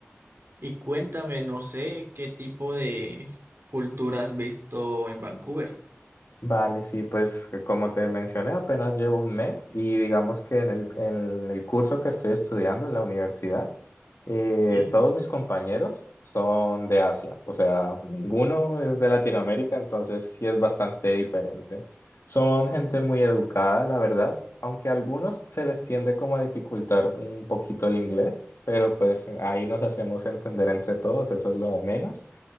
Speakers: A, on the right; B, on the left.
A: Y cuéntame, no sé qué tipo de cultura has visto en Vancouver.
B: Vale, sí, pues que como te mencioné, apenas llevo un mes y digamos que en el, en el curso que estoy estudiando en la universidad, eh,
A: Sí,
B: todos mis compañeros son de Asia, o sea, ninguno es de Latinoamérica, entonces sí es bastante diferente. Son gente muy educada, la verdad, aunque a algunos se les tiende como a dificultar un poquito el inglés, pero pues ahí nos hacemos entender entre todos, eso es lo de menos.